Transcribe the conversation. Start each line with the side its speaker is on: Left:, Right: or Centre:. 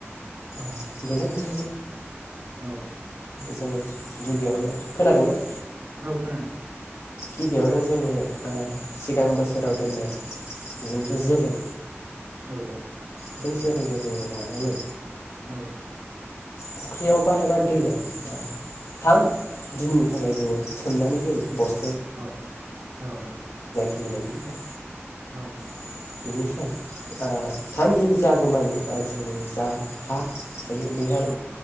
Left: <inaudible> अ होनोमबाथ'
Right: औ
Left: जोंङो गिबियावनो खोनादोंना?
Right: औ खोनादों
Left: गिबियावनो जोङो सिगां बोसोराव दोननाय जुन्थु जोलै
Right: औ औ
Left: बै जोलैखौ जोंङो लानानै
Right: औ
Left: फुख्रियाव बा एबा दैयाव थाम दिननि थाखाय जोंङो सोमनानै दोनो बस
Right: औ औ औ
Left: खिलिनायनि थाखाय
Right: औ औ
Left: <inaudible> थाम दिननि जागौमानि जों जा हा थायो बेहाय
Right: औ